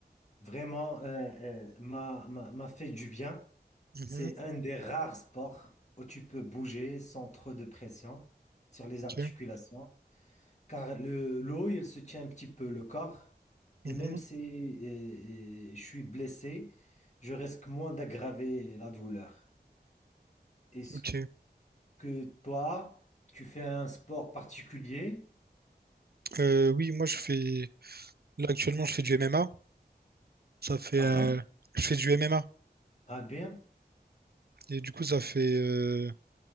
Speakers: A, on the left; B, on the right.
A: vraiment euh, euh, m'a, m'a- m'a fait du bien.
B: Mhm.
A: C'est un des rares sports où tu peux bouger sans trop de pression sur les
B: Ok.
A: articulations. Car le, l'eau, elle se tient un petit peu le corps. Et
B: Mhm.
A: même si euh, euh, je suis blessé, je risque moins d'aggraver la douleur. Est-ce
B: Ok.
A: que toi, tu fais un sport particulier?
B: Euh, oui, moi je fais. Là actuellement, je fais du MMA. Ça fait.
A: Pardon?
B: euh, Je fais du MMA.
A: Ah bien,
B: Et du coup, ça fait, euh,